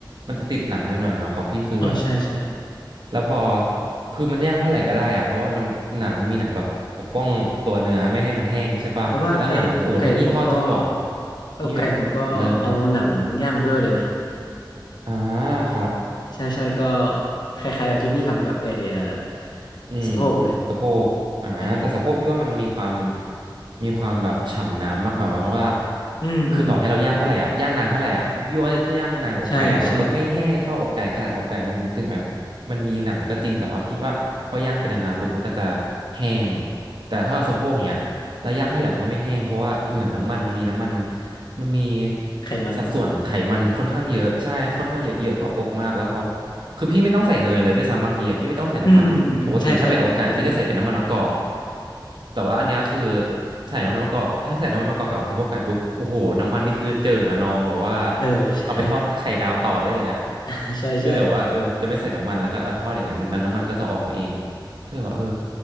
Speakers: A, on the right; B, on the left.
A: มันจะติดหนังหน่อยๆเนาะของพี่คือแบบ
B: อ๋อใช่ใช่
A: แล้วพอคือมันย่างเท่าไหร่ก็ได้อะเพราะว่ามันหนังมันมีหนังแบบปกป้องตัวเนื้อไม่ให้มันแห้งใช่ปะแล้วหนังโอ้ถ้ายิ่งทอดจนกรอบ
B: แต่ว่าไอ้อกไก่ผมก็อกไก่ผมก็เอาหนังย่างไปด้วยเลยนะ
A: นี่แบบเลิฟเลยอ่าครับ
B: ใช่ใช่ก็คล้ายๆแบบที่พี่ทำกับไอ้เอ่อ
A: อืม
B: สะโพกเลย
A: สะโพกอ่าแต่สะโพกพี่ว่ามันมีความ
B: ใช่
A: มีความแบบฉ่ำน้ำอะหมายความว่า
B: อืมอืมอืม
A: คือต่อให้เราย่างเท่าไหร่อ่ะย่างนานเท่าไหร่อ่ะพี่ว่าพี่ย่างนานอกไก่อ่ะมันก็ไม่แห้งเท่าอกไก่ขนาดอกไก่มันถึงแม้
B: ใช่ใช่
A: มันมีหนังก็จริงแต่ว่าพี่ว่าพอย่างเป็นนานๆปุ๊บมันก็จะแห้งแต่ถ้าว่าสะโพกเนี้ยเราย่างเท่าไหร่มันก็ไม่แห้งเพราะว่าเหมือนน้ำมันมันมีน้ำมันมันมี
B: ไขมัน
A: สัดส่วนไขมันค่อนข้างเยอะใช่ค่อนข้างเยอะเยอะกว่าอกมากแล้วพอ คือพี่ไม่ต้องใส่เนยเลยด้วยซ้ำบางทีอะพี่ไม่ต้องใส่น้ำมันปกติถ้าเป็นอกไก่พี่จะใส่เป็นน้ำมันมะกอก
B: อืมอืมอืมอืมใช่ใช่เหมือนกัน
A: แต่ว่าอันเนี้ยคือใส่น้ำมันมะกอกถ้าใส่น้ำมันมะกอกกับสะโพกไก่ปุ๊บโอ้โหน้ำมันนี่คือเจิ่งละนองแบบว่า
B: เออใช่
A: เอาไปทอดไข่ดาวต่อได้เลยอะ
B: <laughs> ใช่ใช่
A: พี่ก็เลยบอกว่าเออจะไม่ใส่น้ำมันแล้วก็เอาทอดอย่างนั้นแล้วน้ำมันก็จะออกมาเองก็เลยว่าเออ